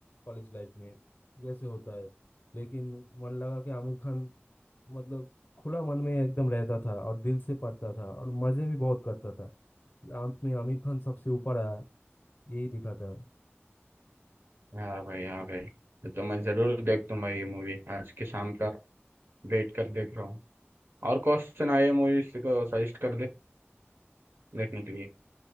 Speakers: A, on the left; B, on the right.
A: कॉलेज लाइफ में जैसे होता है लेकिन मन लगा कि आमिर खान मतलब खुला मन में एकदम रहता था और दिल से पढ़ता था और मज़े भी बहुत करता था अंत में आमिर खान सबसे ऊपर आया यही दिखा था
B: हाँ भाई हाँ भाई तो, तो मैं जरूर देखता हूँ भाई ये मूवी आज के शाम तक वेट कर देख रहा हूँ और क्वेश्चन आए मूवीज को सजेस्ट कर दे देखने के लिए